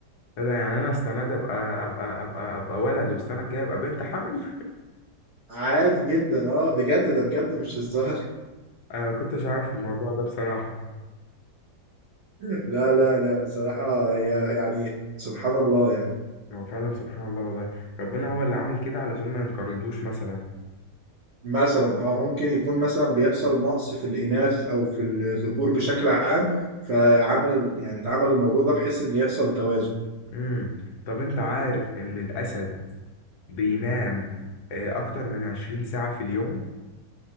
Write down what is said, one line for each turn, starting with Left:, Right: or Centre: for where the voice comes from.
Left: ايه ده يعني انا السنه دي ابقى ابقى ابقى ابقى ولد والسنه الجايه ابقى بنت حمل
Right: عادي جدا اه بجد ده بجد مش هزار
Left: <laughs> انا ما كنتش عارف الموضوع ده بصراحه
Right: <laughs> لا لا لا بصراحة هي يعني سبحان الله يعني
Left: هو فعلا سبحان الله والله ربنا هو اللي عامل كده علشان ما ينقرضوش مثلا
Right: مثلا اه ممكن يكون مثلا بيحصل نقص في الإناث أو في الذكور بشكل عام فعمل يعني اتعمل الموضوع ده بحيث إن يحصل توازن
Left: امم طب انت عارف ان الاسد بينام آه، اكتر من 20 ساعه في اليوم